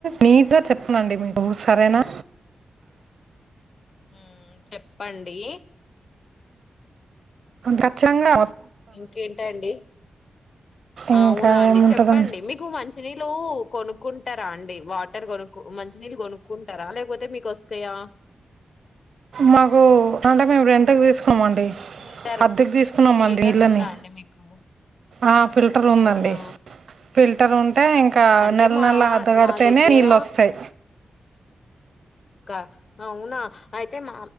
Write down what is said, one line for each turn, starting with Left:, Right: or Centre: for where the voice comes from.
Right: నీట్గా చెప్పనండి మీకు సరేనా
Left: మ్ చెప్పండి
Right: గట్లంగా
Left: ఇంకేంట అండి
Right: ఇంకా
Left: అవునా అండి
Right: ఏముంటదండి
Left: చెప్పండి మీకు మంచి ని నీళ్లు కొనుక్కుంటారా అండి వాటర్ కొనుకు మంచి నీళ్ళు కొనుక్కుంటారా లేకపోతే మీకు వస్తాయా
Right: మాకు అంటే మేము రెంటుకు తీసు అండి
Left: ఫిల్టర్
Right: అద్దెకు తీసుకున్నామండి
Left: ఫిల్టర్
Right: నిళ్ళని
Left: ఉందా అండి మీకు
Right: ఆ ఫిల్టర్ ఉందండి
Left: అవునా
Right: ఫిల్టర్ ఉంట అంటే ఇంకా
Left: అంటే
Right: నెల
Left: మా
Right: నెల అద్దగడితేనే
Left: మా దగ్గర
Right: నీళ్ళ వస్తాయి
Left: కా అవునా అయితే మా